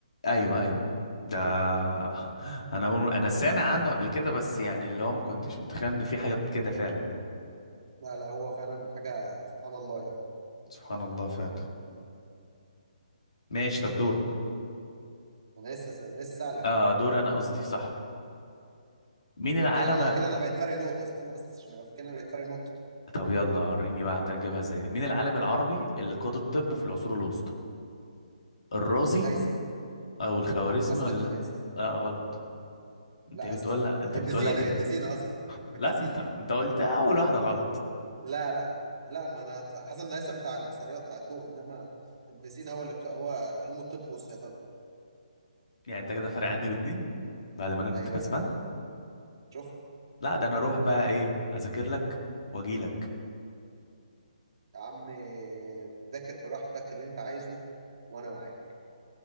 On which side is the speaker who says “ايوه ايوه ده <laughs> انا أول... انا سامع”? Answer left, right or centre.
Left